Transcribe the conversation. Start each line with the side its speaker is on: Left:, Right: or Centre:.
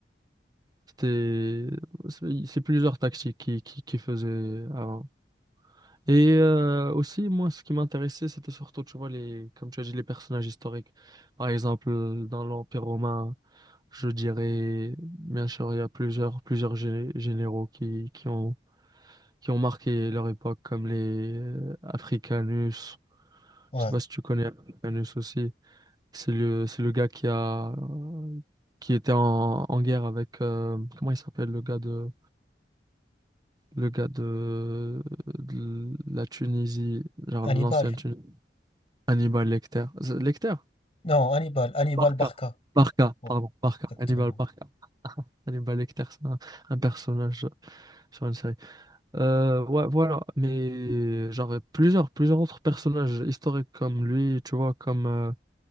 Right: C'était, c'est c'est plusieurs tactiques qui, qui, qui faisaient avant. Et euh, aussi, moi, ce qui m'intéressait, c'était surtout, tu vois, les, comme tu as dit, les personnages historiques. Par exemple, euh, dans l'Empire romain, je dirais, bien sûr, il y a plusieurs, plusieurs gé- généraux qui, qui ont, qui ont marqué leur époque, comme les euh, Africanus.
Left: ouais.
Right: Je sais pas si tu connais Africanus aussi. C'est le, c'est le gars qui a, qui était en, en guerre avec, euh, comment il s'appelle, le gars de, le gars de, de la Tunisie, genre
Left: Hannibal.
Right: l'ancienne Tunisie. Hannibal Lecter. Z- Lecter?
Left: Non, Hannibal. Hannibal
Right: Barca.
Left: Barca.
Right: Barca,
Left: Ouais,
Right: pardon, Barca.
Left: exactement.
Right: Hannibal Barca. Hannibal Lecter, c'est un, un personnage sur une série. Euh, ouais, voilà. Mais j'aurais plusieurs, plusieurs autres personnages historiques comme lui, tu vois, comme euh,